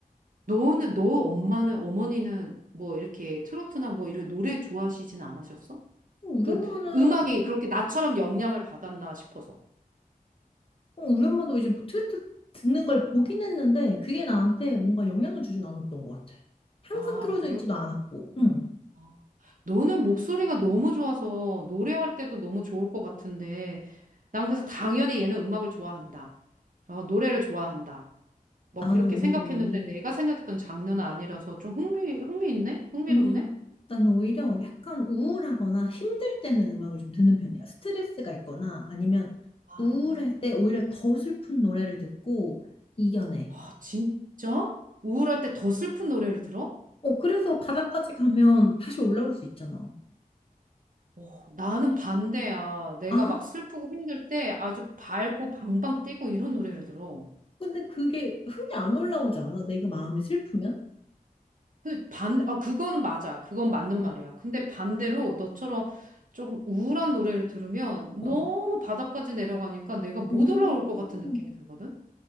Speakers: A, on the right (about 65°); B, on the left (about 40°).
A: 너는, 너 엄마는, 어머니는 뭐 이렇게 트로트나 뭐 이런 노래 좋아하시진 않으셨어?
B: 어, 우리
A: 그
B: 엄마는,
A: 음악이 그렇게 나처럼 영향을 받았나 싶어서.
B: 어, 우리 엄마도 이제 뭐 트로트 듣는 걸 보긴 했는데, 그게 나한테 뭔가 영향을 주진 않았던 것 같아. 항상
A: 아,
B: 틀어져
A: 그랬구나.
B: 있지도 않았고, 응.
A: 아, 너는 목소리가 너무 좋아서 노래할 때도 너무 좋을 것 같은데, 난 그래서 당연히 얘는 음악을 좋아한다. 어, 노래를 좋아한다. 뭐
B: 나는
A: 그렇게
B: 오히려
A: 생각했는데
B: 언니,
A: 내가 생각했던 장르는 아니라서 좀 흥미, 흥미있네? 흥미롭네?
B: 음, 나는 오히려 약간 우울하거나 힘들 때는 음악을 좀 듣는 편이야. 스트레스가 있거나 아니면
A: 아,
B: 우울할 때 오히려 더 슬픈 노래를 듣고 이겨내.
A: 아, 진짜? 우울할 때 더 슬픈 노래를 들어?
B: 어, 그래서 바닥까지 가면 다시 올라올 수 있잖아.
A: 어, 나는 반대야. 내가
B: 아,
A: 막 슬프고 힘들 때 아주 밝고 방방 뛰고 이런 노래를 들어.
B: 근데 그게 흥이 안 올라오지 않아? 내가 마음이 슬프면?
A: 그 반, 아, 그거는 맞아. 그건 맞는
B: 어,
A: 말이야. 근데 반대로 너처럼 조금 우울한 노래를 들으면
B: 어.
A: 너무 바닥까지 내려가니까 내가 못
B: 음,
A: 올라올 것 같은 느낌이 들거든?